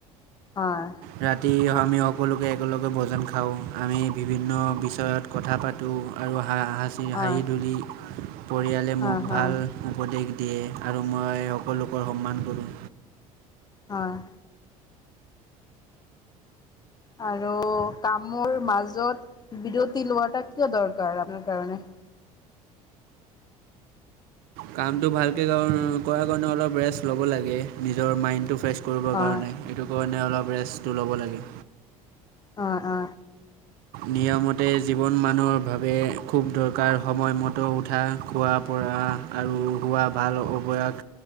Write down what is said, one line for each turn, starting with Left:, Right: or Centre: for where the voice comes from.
Left: হয়।
Right: ৰাতি আমি সকলোকে একেলগে ভজন খাওঁ আমি বিভিন্ন বিষয়ত। কথা পাতোঁ আৰু হাঁ হাঁচি
Left: হয়,
Right: হাঁহি ধূলি পৰিয়ালে
Left: হয়,
Right: মোক
Left: হয়,
Right: ভাল। উপদেশ দিয়ে আৰু মই সকলোকৰ সন্মান কৰোঁ।
Left: হয়। আৰু কামৰ মাজত বিৰতি লোৱাটা কিয় দৰকাৰ আপোনা লোকৰ কাৰণে।
Right: কামটো ভালকে কৰাৰ কানণে অলপ ৰেষ্ট লব লাগে নিজৰ মাইনটো‌ ফ্ৰেজ। কৰিবৰ
Left: হয়,
Right: কাৰণে সেইটো কাৰণে অলপ ৰেষ্টটো ল'ব লাগে।
Left: অ অ।
Right: নিয়ম মতে জীৱন মানুহৰ ভাবে। খুব দৰকাৰ সময়মতে উঠা খোৱা পৰা আৰু হোৱা ভাল অৱয়াস।